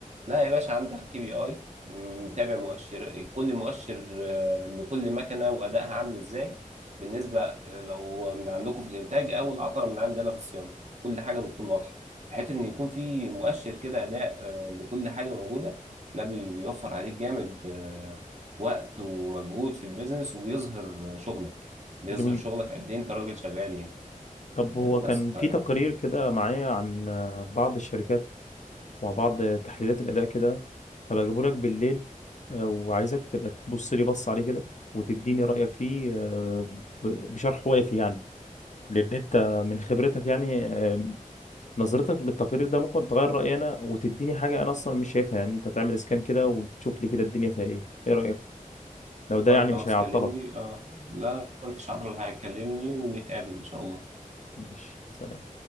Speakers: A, on the right (about 55°); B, on the left (about 60°).
A: لا يا باشا عندك كي بي اي متابع مؤشر كل مؤشر آه، لكل مكنه وادائها عامل ازاي بالنسبه آه، لو من عندكم في الانتاج او العطله من عندنا في الصيانه كل حاجه بتكون واضحه في حته ان يكون في مؤشر كده اداء آه، لكل حاجه موجوده ده بي- بيوفر عليك جامد آه، وقت ومجهود في البيزنس وبيظهر شغلك بيظهر
B: جميل
A: شغلك قد ايه انت راجل شغال يعني
B: طب
A: آه،
B: هو
A: بس
B: كان في
A: ف
B: تقرير كده معايا عن آه، بعض الشركات مع بعض تحليلات الاداء كده هبقى اجيبه لك بالليل آه، وعايزك تبقى تبص لي بص عليه كده وتديني رايك فيه آه، ب- بشرح وافي يعني لان انت من خبرتك يعني آه، نظرتك للتقرير ده ممكن تغير رأيي أنا وتديني حاجة أنا أصلا مش شايفها يعني أنت تعمل سكان كده وتشوف لي كده الدنيا فيها إيه إيه رأيك؟ لو ده
A: طيب
B: يعني
A: خلاص
B: مش هيعطلك
A: كلمني اه لا مفيش عطله اللي هيكلمني ونتقابل ان شاء الله
B: ماشي سلام